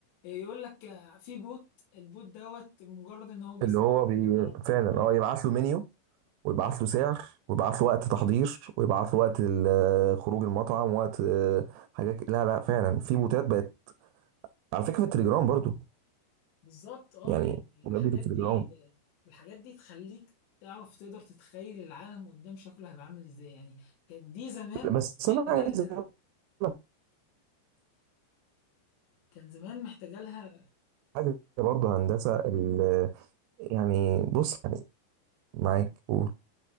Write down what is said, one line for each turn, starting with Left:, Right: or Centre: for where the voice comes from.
Left: آه، يقول لك آه، في بوت البوت دوت مجرد إن هو بيستلم
Right: اللي هو بي
Left: الأوردرات
Right: فعلا
Left: اه
Right: اه يبعت له منيو ويبعت له سعر ويبعت له وقت تحضير ويبعت له وقت ال- آه، خروج المطعم وقت آه، حاجات لا لا فعلا في بوتات بقت على فكره في التليجرام برضو
Left: بالظبط اه
Right: يعني
Left: يعني
Right: ولادة
Left: الحاجات دي
Right: العمر
Left: آه، الحاجات دي تخليك تعرف تقدر تتخيل العالم قدام شكله هيبقى عامل ازاي يعني كان دي زمان
Right: بس
Left: محتاجة
Right: انا عايز
Left: لها
Right: اقول لك
Left: كان زمان محتاجة لها
Right: حاجه برضه هندسه ال- يعني بص يعني معاك قول